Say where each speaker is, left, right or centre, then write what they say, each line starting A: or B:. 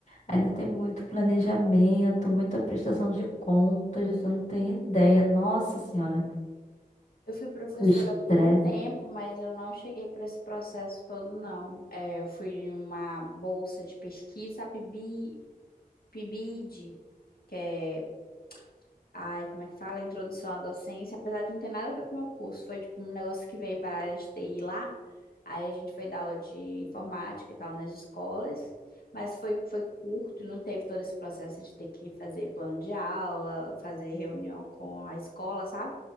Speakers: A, on the left (about 50°); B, on the left (about 80°).
A: ainda tem muito planejamento, muita prestação de contas, você não tem ideia. Nossa Senhora,
B: Eu fui professora
A: o estresse.
B: por um tempo, mas eu não cheguei para esse processo todo, não. É, eu fui em uma bolsa de pesquisa, a PIBI PIBID, que é, ai, como é que fala? Introdução à docência, apesar de não ter nada a ver com o meu curso, foi tipo um negócio que veio para a área de TI lá. Aí a gente foi dar aula de informática e tal nas escolas, mas foi, foi curto, não teve todo esse processo de ter que fazer plano de aula, fazer reunião com a escola, sabe?